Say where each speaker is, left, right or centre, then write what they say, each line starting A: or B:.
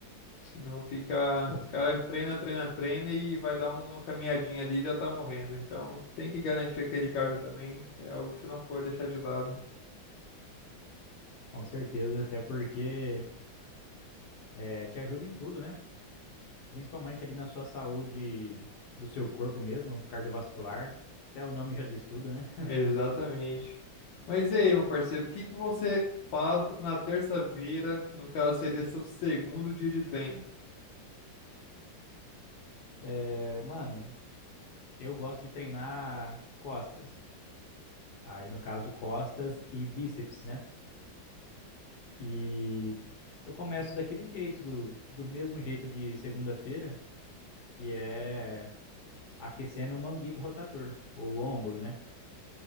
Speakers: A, on the left (about 75°); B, on the left (about 60°).
A: Senão fica, cara, treina, treina, treina e vai dar uma caminhadinha ali e já tá morrendo. Então tem que garantir aquele cardio também. É algo que você não pode deixar de lado.
B: Com certeza, até porque é, te ajuda em tudo, né? Principalmente ali na sua saúde do seu corpo mesmo, cardiovascular. Até o nome já diz tudo, né?
A: Exatamente. Mas e aí, meu parceiro, o que que você faz na terça-feira, que no caso seria seu segundo dia de treino?
B: É, mano, eu gosto de treinar costas. Aí, no caso, costas e bíceps, né? E eu começo daquele jeito, do, do mesmo jeito de segunda-feira, que é. aquecendo o manguito rotator, ou o ombro, né?